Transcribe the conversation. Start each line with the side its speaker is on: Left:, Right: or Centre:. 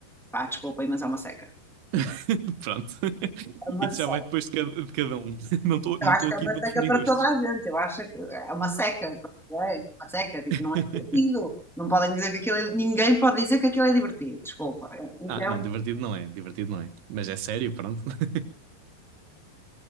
Centre: pá, desculpem, mas é uma seca.
Right: <laughs> Pronto. <laughs>
Centre: Mas
Right: Isso já vai depois de cada, de cada um. <laughs> Não estou
Centre: Eu
Right: não
Centre: acho
Right: estou
Centre: que
Right: aqui
Centre: é uma
Right: para
Centre: seca
Right: definir
Centre: para
Right: gostos.
Centre: toda a gente. Eu acho que é uma seca. pronto, É É uma seca, tipo,
Right: <laughs>
Centre: não é divertido. Não podem dizer que aquilo é... Ninguém pode dizer que aquilo é divertido. Desculpa. Isso
Right: Ah,
Centre: é
Right: não,
Centre: uma
Right: divertido não é, divertido não é. Mas é sério, pronto. <laughs>